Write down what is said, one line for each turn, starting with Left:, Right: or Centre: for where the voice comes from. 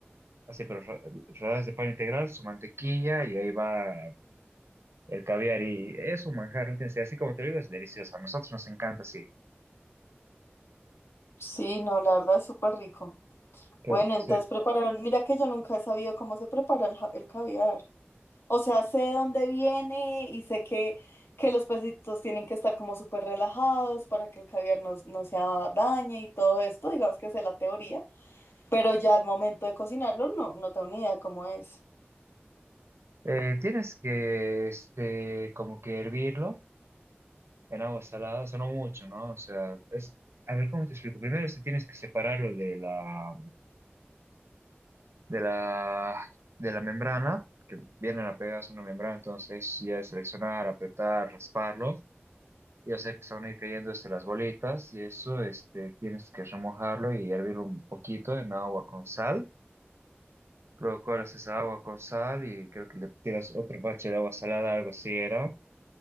Right: así, pero ro- rodajas de pan integral, su mantequilla y ahí va el caviar. Y es un manjar, ¿no? Tienes- Así como te lo digo, es delicioso. A nosotros nos encanta, sí.
Left: Sí, no, la verdad es súper rico.
Right: Qué-
Left: Bueno, entonces
Right: sí.
Left: prepararon, mira que yo nunca he sabido cómo se prepara el, ja- el caviar. O sea, sé de dónde viene y sé que, que los pesitos tienen que estar como súper relajados para que el caviar no, no se dañe y todo esto, digamos que sé la teoría, pero ya al momento de cocinarlo no, no tengo ni idea cómo es.
Right: Eh, tienes que, este, como que hervirlo en agua salada, o sea, no mucho, ¿no? O sea, es, a ver, ¿cómo te explico? Primero este, tienes que separarlo de la, de la, de la membrana, que viene la pegadas una membrana, entonces ya es seleccionar, apretar, rasparlo y hacer que se van a ir cayendo, este, las bolitas y eso, este, tienes que remojarlo y hervirlo un poquito en agua con sal. Luego colas esa agua con sal y creo que le tiras otro bache de agua salada, algo así era.